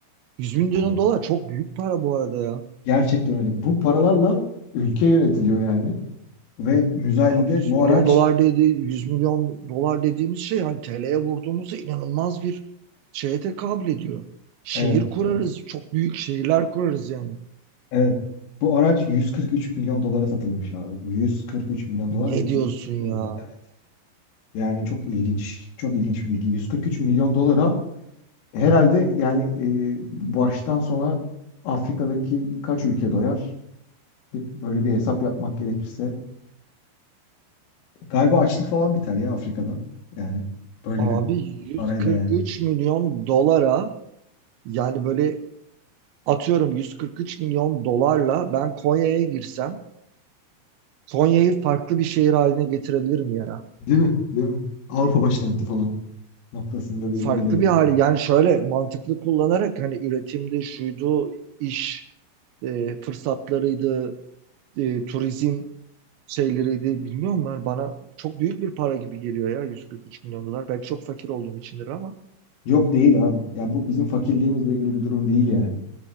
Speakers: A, on the right (about 75°); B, on the left (about 75°).
A: 100 milyon
B: Abi
A: dolar çok büyük para bu arada ya.
B: Gerçekten öyle. Bu paralarla ülke yönetiliyor yani. Ve müzayedede
A: Abi 100
B: bu
A: milyon
B: araç
A: dolar dedi, 100 milyon dolar dediğimiz şey hani TL'ye vurduğumuzda inanılmaz bir şeye tekabül ediyor. Şehir
B: evet,
A: kurarız,
B: evet,
A: çok büyük şehirler kurarız yani.
B: evet. Bu araç 143 milyon dolara satılmış abi. 143 milyon
A: Ne
B: dolar ve 2022
A: diyorsun ya?
B: yılında. Evet. Yani çok ilginç, çok ilginç bir bilgi. 143 milyon dolara herhalde yani e, baştan sona Afrika'daki kaç ülke doyar? Bir- Böyle bir hesap yapmak gerekirse. Galiba açlık falan biter ya Afrika'da. Yani böyle
A: Abi
B: bir
A: 143
B: parayla yani.
A: milyon dolara yani böyle atıyorum 143 milyon dolarla ben Konya'ya girsem Konya'yı farklı bir şehir haline getirebilirim ya.
B: Değil mi? Değil mi? Avrupa başkenti falan. noktasında bir yere
A: farklı
B: gelebilir
A: bir hali
B: yani.
A: yani şöyle mantıklı kullanarak hani üretimde şuydu iş e, fırsatlarıydı e, turizm şeyleriydi bilmiyorum ben bana çok büyük bir para gibi geliyor ya 143 milyon dolar belki çok fakir olduğum içindir ama
B: Yok değil abi. Ya bu bizim fakirliğimizle ilgili bir durum değil yani.